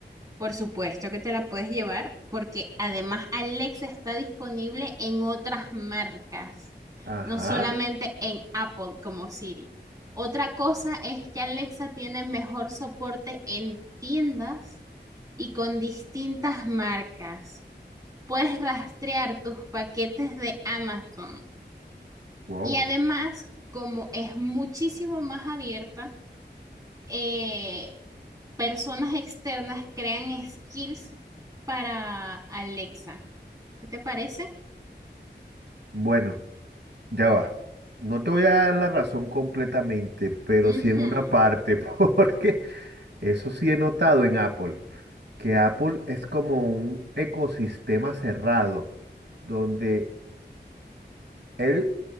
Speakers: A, on the right (about 20°); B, on the right (about 75°).
A: por supuesto que te la puedes llevar porque además Alexa está disponible en otras marcas,
B: Ajá,
A: no solamente en Apple como Siri. Otra cosa es que Alexa tiene mejor soporte en tiendas y con distintas marcas. Puedes rastrear tus paquetes de Amazon
B: wow.
A: Y además, como es muchísimo más abierta, eh, personas externas crean skills para Alexa. ¿Qué te parece?
B: Bueno. Ya va. No te voy a dar la razón completamente, pero
A: Ujú.
B: sí en una parte, <laughs> porque eso sí he notado en Apple, que Apple es como un ecosistema cerrado, donde él